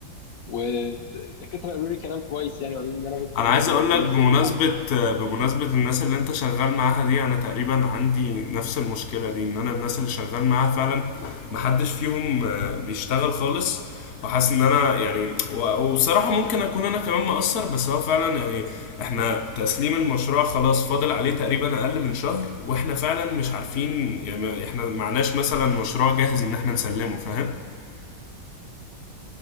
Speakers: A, on the left; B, on the left.
A: والدكاترة قالوا لي كلام كويس يعني وقالوا لي ان انا ممكن
B: انا عايز اقول
A: الاقي
B: لك
A: له
B: بمناسبة
A: شغل بعد كده
B: بمناسبة الناس اللي انت شغال معاها دي انا تقريبا عندي نفس المشكلة دي ان انا الناس اللي شغال معاها فعلا محدش فيهم آه، بيشتغل خالص وحاسس ان انا يعني و- وبصراحة ممكن اكون انا كمان مقصر بس هو فعلا يعني احنا تسليم المشروع خلاص فاضل عليه تقريبا اقل من شهر واحنا فعلا مش عارفين يعني احنا معناش مثلا مشروع جاهز ان احنا نسلمه فاهم